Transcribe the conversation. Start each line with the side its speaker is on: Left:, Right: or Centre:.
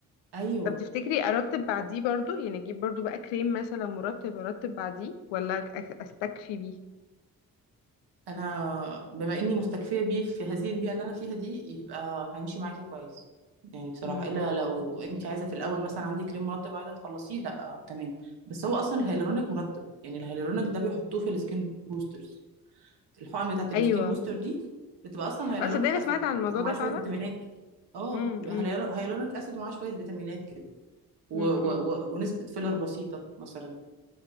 Right: ايوه
Left: طب تفتكري ارتب بعديه برضو يعني اجيب برضو بقى كريم مثلا مرطب ارتب بعديه ولا أك- استكفي بيه
Right: انا بما اني مستكفيه بيه في هذه البيئه اللي انا فيها دي يبقى هيمشي معاكي كويس يعني بصراحه
Left: امم
Right: الا لو انت عايزه في الاول مثلا عندك كريم مرطب عايزه تخلصيه لا آه تمام بس هو اصلا الهيالورونيك مرطب يعني الهيالورونيك ده بيحطوه في السكين بوسترز الحقن بتاعت السكين
Left: ايوه
Right: بوستر دي بتبقى اصلا هيالورونيك
Left: اه صدقني أنا
Right: اسيد
Left: سمعت عن الموضوع
Right: ومعاه
Left: ده فعلا
Right: شويه فيتامينات اه
Left: امم
Right: هيالورونيك اسيد ومعاه شويه فيتامينات كده و...
Left: امم
Right: و...
Left: امم
Right: و... ونسبه فيلر بسيطه مثلا